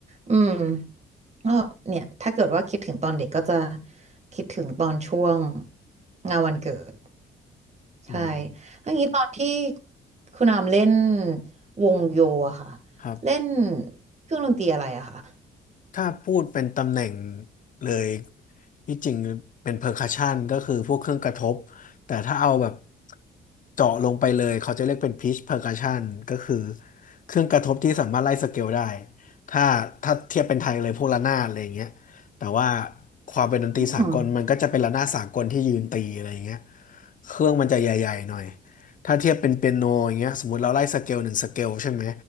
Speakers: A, on the right; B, on the left.
A: อืมก็เนี่ยถ้าเกิดว่าคิดถึงตอนเด็กก็จะคิดถึงตอนช่วงงานวันเกิดใช่
B: อืม
A: แล้วอย่างนี้ตอนที่ คุณอามเล่นวงโยอะค่ะ
B: ครับ
A: เล่นเครื่องดนตรีอะไรอะค่ะ
B: ถ้าพูดเป็นตำแหน่งเลยที่จริงเป็นเพอร์คัชชันก็คือพวกเครื่องกระทบแต่ถ้าเอาแบบเจาะลงไปเลยเขาจะเรียกเป็นพิชเพอร์คัชชันก็คือเครื่องกระทบที่สามารถไล่สเกลได้ถ้าถ้าเทียบเป็นไทยเลยพวกระนาดอะไรอย่างเงี้ยแต่ว่าความเป็นดนตรีสากลมันก็จะเป็นระนาดสากลที่ยืนตีอะไรอย่างเงี้ย
A: อืมอม
B: เครื่องมันจะใหญ่ๆหน่อย ถ้าเทียบเป็นเปียโนอย่างเงี้ยสมมติเราไล่สเกลหนึ่งสเกลใช่ไหม